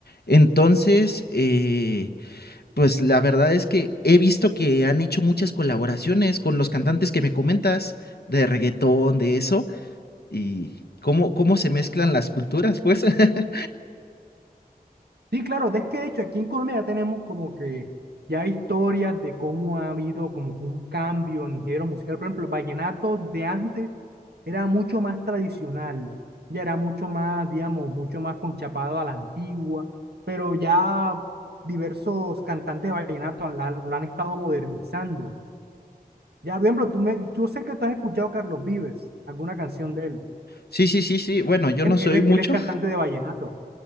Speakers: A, on the left; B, on the right.
A: Entonces, eh, pues la verdad es que he visto que han hecho muchas colaboraciones con los cantantes que me comentas de reggaetón, de eso, y cómo, cómo se mezclan las culturas, pues. <laughs>
B: Sí, claro, de este hecho, aquí en Colombia ya tenemos como que ya historias de cómo ha habido como que un cambio en género musical. Por ejemplo, el vallenato de antes era mucho más tradicional, ya era mucho más, digamos, mucho más conchapado a la antigua, pero ya diversos cantantes de vallenato han- la- lo han estado modernizando. Ya, por ejemplo, tú me, yo sé que tú has escuchado a Carlos Vives, alguna canción de él.
A: Sí, sí, sí, sí, sí. Bueno, yo
B: Él,
A: no soy
B: él, es-
A: mucho.
B: él es cantante de vallenato.